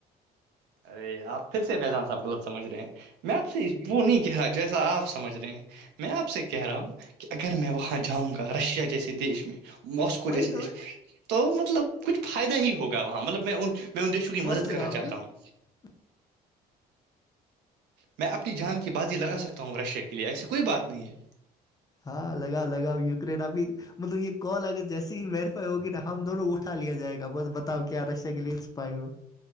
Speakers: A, on the right; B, on the left.
A: ارے آپ پھر سے فیضان صاحب غلط سمجھ رہے ہیں میں آپ سے وہ نہیں کہہ رہا جیسا آپ سمجھ رہے ہیں میں آپ سے کہہ رہا ہوں کہ اگر میں وہاں جاؤں گا رشیا جیسے دیش میں موسکو
B: وہی
A: جیسے
B: تو
A: دیش
B: میں
A: تو مطلب کچھ فائدہ ہی ہوگا وہاں مطلب میں میں ان دیشوں کی
B: سمجھ
A: مد
B: رہا
A: کرنا چاہتا ہوں
B: <unintelligible>
A: میں اپنی جان کی بازی لگا سکتا ہوں رشیا کے لیے ایسی کوئی بات نہیں ہے
B: ہاں لگاؤ لگاؤ یوکرین ابھی مطلب یہ کال اگر جیسی ہی ویریفائی ہوگی نا ہم دونوں کو اٹایا جائے گا بہت ب اؤ کیا آدش س کے لیے پائی ہو